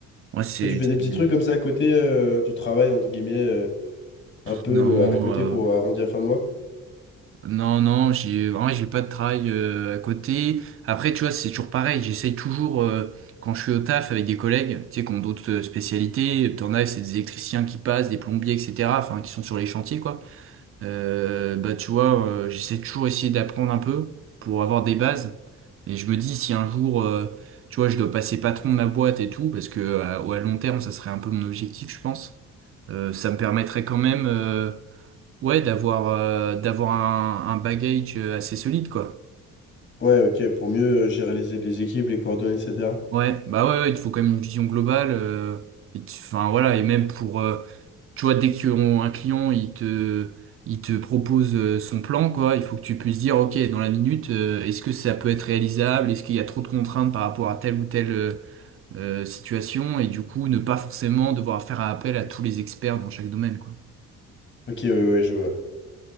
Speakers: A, on the right; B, on the left.
A: Moi, c'est...
B: Toi, tu fais
A: c'est
B: des petits
A: des-
B: trucs comme ça à côté, euh, tu travailles entre guillemets euh, un peu
A: Non,
B: euh, à côté
A: euh,
B: pour arrondir la fin de mois?
A: non, non, j'ai en vrai, j'ai pas de travail euh, à côté. Après, tu vois, c'est toujours pareil. J'essaye toujours, euh, quand je suis au taf avec des collègues, tu sais, qui ont d'autres euh, spécialités, t'en as, c'est des électriciens qui passent, des plombiers, etc., enfin, qui sont sur les chantiers, quoi. Euh, bah tu vois, euh, j'essaie toujours essayer d'apprendre un peu pour avoir des bases. Et je me dis si un jour, euh, tu vois, je dois passer patron de ma boîte et tout, parce que à, à long terme, ça serait un peu mon objectif, je pense. Euh, ça me permettrait quand même, euh, ouais, d'avoir euh, d'avoir un, un bagage euh, assez solide, quoi.
B: Ouais, ok, pour mieux euh, gérer les, les équipes, les coordonnées, etc.
A: Ouais, bah ouais, ouais, il te faut quand même une vision globale. euh, et tu- enfin voilà, et même pour euh, tu vois, dès qu'un client, il te, il te propose euh, son plan, quoi, il faut que tu puisses dire, OK, dans la minute, euh, est-ce que ça peut être réalisable? Est-ce qu'il y a trop de contraintes par rapport à telle ou telle euh, euh, situation? Et du coup, ne pas forcément devoir faire appel à tous les experts dans chaque domaine, quoi.
B: Ok, ouais, ouais, je vois.